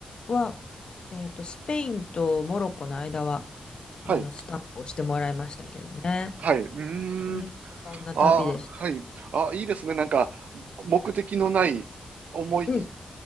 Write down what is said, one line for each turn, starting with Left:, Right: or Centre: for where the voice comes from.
Left: は、えっと、スペインとモロッコの間は、あの、
Right: はい、
Left: スタンプをしてもらいましたけどね。
Right: はい、うーん、
Left: うん、そんな旅でした。
Right: あー、はい、あー、いいですね、なんか、目的のない思い、
Left: うん、